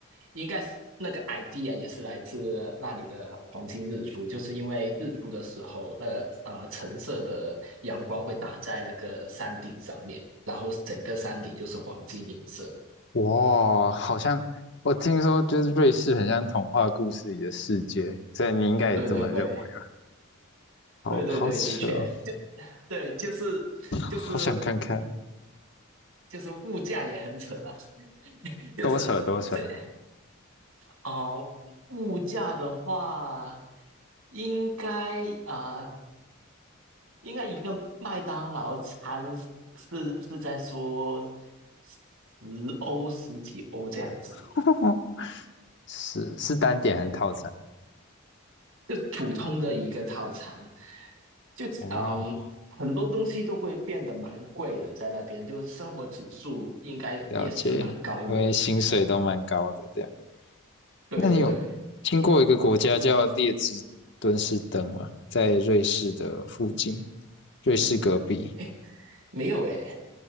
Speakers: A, on the right; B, on the left.
A: 应该是那个 idea 也是来自那里的黄金日出，就是因为日出的时候，那个呃橙色的阳光会打在那个山顶上面，然后整个山顶就是黄金颜色。
B: 哇，好像我听说就是瑞士很像童话故事里的世界，所以你应该也这么认为吧？
A: 对对对
B: 好好扯哦
A: 对对对，的确，就对，就是就是
B: 好想看看，
A: 就是物价也很扯啊 <laughs>，就是是虽然
B: 多扯多扯。
A: 哦，物价的话，应该啊、呃应该一个麦当劳餐是是在说十欧十几欧这样子，
B: <laughs> 是是单点还是套餐？
A: 就普通的一个套餐，就嗯。
B: 哦，
A: 很多东西都会变得蛮贵的，在那边就是生活指数应该也是蛮高的。
B: 了解，因为薪水都蛮高的这样。
A: 对对对，
B: 那你有听过一个国家叫列支敦士登吗？在瑞士的附近，瑞士隔壁，
A: 哎，没有哎，